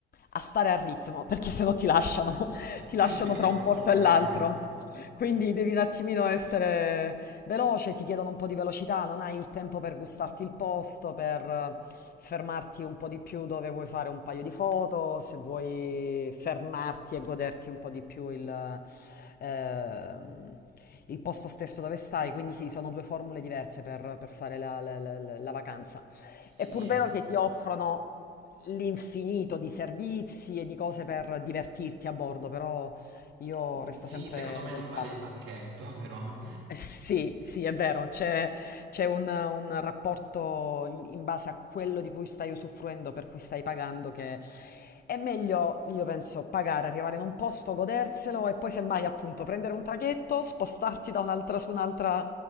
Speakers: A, on the left; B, on the right.
A: a stare al ritmo, perché sennò ti lasciano, <laughs> ti
B: è
A: lasciano
B: vero,
A: tra un
B: assolutamente.
A: porto e l'altro. Quindi devi un attimino essere, veloce, ti chiedono un po' di velocità, non hai il tempo per gustarti il posto, per eh, fermarti un po' di più dove vuoi fare un paio di foto, se vuoi fermarti e goderti un po' di più il, ehm, il posto stesso dove stai. Quindi sì, sono due formule diverse per, per fare la, la- la- la- la vacanza.
B: Sì,
A: È pur vero che ti offrono l'infinito di servizi e di cose per divertirti a bordo, però io
B: mm,
A: resto
B: sì,
A: sempre
B: secondo me
A: del
B: non
A: fatto.
B: vale il pacchetto, <laughs> però.
A: Eh, Sì, sì, è vero, c'è c'è un, un rapporto in, in base a quello di cui stai usufruendo, per cui stai pagando, che è meglio, io penso, pagare, arrivare in un posto, goderselo e poi semmai appunto prendere un traghetto, spostarti da un'altra su un'altra